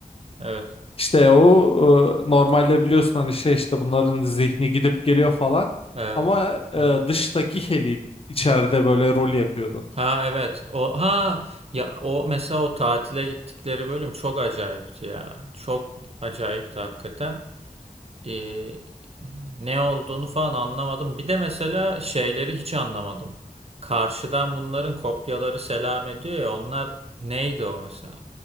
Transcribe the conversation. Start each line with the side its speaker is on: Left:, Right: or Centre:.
Right: Evet.
Left: İşte o e, normalde biliyorsun hani şey işte bunların zihni gidip geliyor falan.
Right: Evet.
Left: Ama e,
Right: Aha.
Left: dıştaki Heli içeride böyle rol yapıyordu.
Right: Ha evet. O ha ya o mesela o tatile gittikleri bölüm çok acayipti ya. Çok acayipti hakikaten. Ee, ne olduğunu falan anlamadım. Bir de mesela şeyleri hiç anlamadım. Karşıdan bunların kopyaları selam ediyor ya onlar neydi o mesela?